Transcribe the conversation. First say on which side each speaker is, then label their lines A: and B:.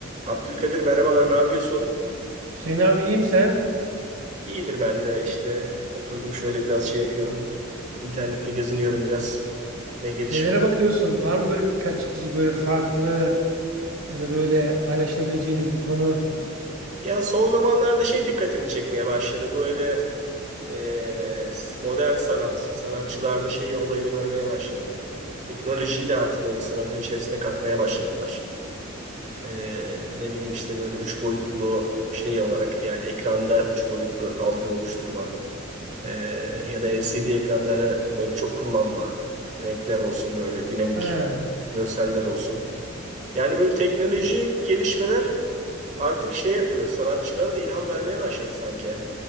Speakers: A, on the right (about 35°); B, on the right (about 85°).
A: Abdülkadir merhabalar ne yapıyorsun?
B: Hüseyin abi iyiyim sen.
A: İyidir ben de işte oturdum şöyle biraz şey yapıyorum. İnternette geziniyorum biraz. Ne gelişme.
B: Nelere bakıyorsun? Var mı böyle dikkat çekici, böyle farklı ya da böyle paylaşılabileceğiniz bir konu?
A: Ya son zamanlarda şey dikkatimi çekmeye başladı. Bu öyle e, modern sanat, sanatçılarda şeyi olayını görmeye başladım. Teknolojiyi de artık böyle sanatın içerisine katmaya başladılar. E, ne bileyim işte böyle üç boyutlu şey olarak yani ekranda üç boyutlu algı oluşturma. Ee, ya da LCD ekranları böyle çok kullanma. Renkler olsun böyle dinamik
B: He.
A: görseller olsun. Yani böyle teknolojik gelişmeler artık şey yapıyor. Sanatçılara da ilham vermeye başladı sanki.